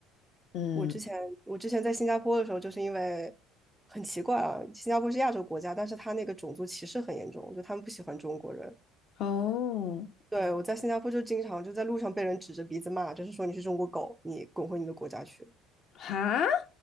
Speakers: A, on the left; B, in the centre.
A: 嗯，
B: 我之前我之前在新加坡的时候，就是因为很奇怪啊，新加坡是亚洲国家，但是他那个种族歧视很严重，就他们不喜欢中国人。
A: 哦，
B: 对，我在新加坡就经常就在路上被人指着鼻子骂，就是说你是中国狗，你滚回你的国家去。
A: 哈